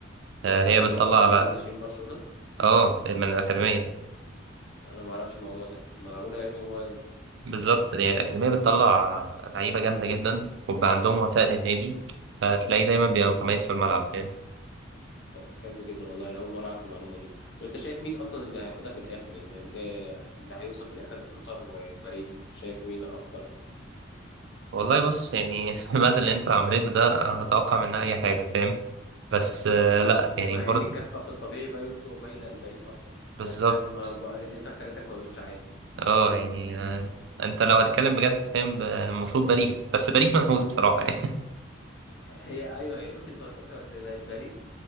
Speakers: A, on the right; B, on the left.
A: آه، هي
B: والله
A: بتطلع
B: هو اصلا
A: على
B: من ناشئين برشلونه
A: اه من الاكاديميه
B: انا ما اعرفش الموضوع ده معقوله يعني هو
A: بالظبط يعني الأكاديمية بتطلع لعيبة جامدة جدا وبيبقى عندهم وفاء للنادي فتلاقيه دايما بيبقى
B: مم.
A: متميز في الملعب فاهم
B: طب حلو جدا والله انا اول مره اعرف المعلومه دي طب انت شايف مين اصلا اللي هياخدها في الاخر يعني ال- آه، اللي هيوصل في الاخر انتر وباريس شايف مين اكتر
A: والله بص يعني <laughs> بعد اللي انتر عملته ده أنا هتوقع منها أي حاجة فاهم بس آه،
B: مم.
A: لا يعني
B: مع
A: برضه
B: ان الكفه في الطبيعي بقى يرضوا مايله لباريس اكتر
A: بالظبط
B: بس لا ما بقى الانتر خليتك ما بقتش عارف
A: اه يعني آه، انت لو هتتكلم بجد فاهم ب- المفروض باريس بس باريس منحوس بصراحة يعني <laughs>
B: هي ايوه هي باريس منافسه بس بقت باريس